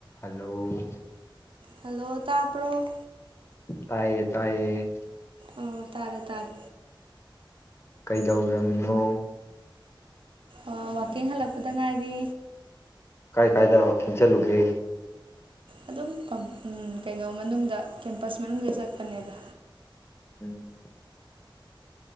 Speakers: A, on the left; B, on the right.
A: ꯍꯜꯂꯣ
B: ꯍꯜꯂꯣ ꯇꯥꯕ꯭ꯔꯣ
A: ꯇꯥꯏꯌꯦ ꯇꯥꯏꯌꯦ
B: ꯑꯣ ꯇꯥꯔꯦ ꯇꯥꯔꯦ
A: ꯀꯩꯗꯧꯔꯝꯃꯤꯅꯣ
B: ꯑꯥ ꯋꯥꯛꯀꯤꯡ ꯍꯜꯂꯛꯄꯗ ꯉꯥꯏꯔꯤ
A: ꯀꯥꯏ ꯀꯥꯏꯗ ꯋꯥꯀꯤꯡ ꯆꯠꯂꯨꯒꯦ
B: ꯑꯗꯨꯝ ꯀꯩꯅꯣ ꯃꯅꯨꯡꯗ ꯀꯦꯝꯄꯁ ꯃꯅꯨꯡꯗ ꯆꯠꯄꯅꯤꯗ
A: ꯎꯝ